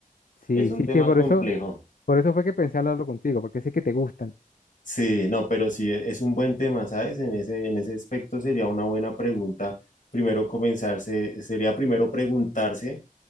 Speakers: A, on the left; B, on the left.
A: Sí,
B: Es un
A: sí,
B: tema
A: que por
B: complejo.
A: eso, por eso fue que pensé hablarlo contigo, porque sé que te gustan,
B: Sí, no, pero sí e- es un buen tema, ¿sabes? En ese, en ese aspecto sería una buena pregunta. Primero comenzarse, sería primero preguntarse.